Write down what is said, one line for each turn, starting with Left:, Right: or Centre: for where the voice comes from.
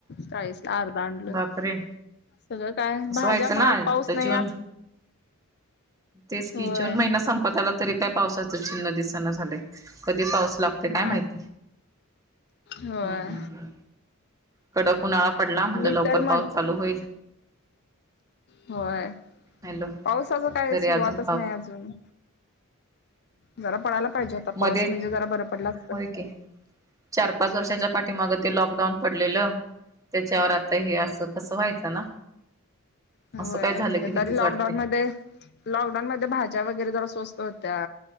Left: चाळीस ला अर्धा आणलं.
Right: बापरे
Left: सगळं काय
Right: कसं
Left: भाज्या
Right: व्हायचं ना
Left: महाग पाऊस
Right: तर
Left: नाही
Right: जून
Left: आत
Right: तेच
Left: होय
Right: की जून महिना संपत आला तरी काय पावसाचं चिन्ह दिसना झालंय कधी पाऊस काय
Left: नाही
Right: माहिती
Left: होय
Right: हू‌ हू कडक उन्हाळा. पडला म्हणलं
Left: मी
Right: लवकर
Left: तर म्हण
Right: पाऊस चालू होईल.
Left: होय
Right: हॅलो
Left: पावसाच काय
Right: तरी
Left: सुरुवातच
Right: अजून
Left: नाही अजून जरा पडायला पाहिजे होता
Right: मध्ये
Left: पाऊस म्हणजे जरा बरं पडला असत
Right: होय की चार पाच वर्षाच्या पाठीमाग ते लॉकडाऊन पडलेलं. त्याच्यावर आता हे असं कसं व्हायचं ना.
Left: होय
Right: असं काय झालं की भीतीच
Left: तरी लॉकडाऊन
Right: वाटते
Left: मध्ये लॉकडाऊन मध्ये भाज्या वगैरे जरा सवस्त होत्या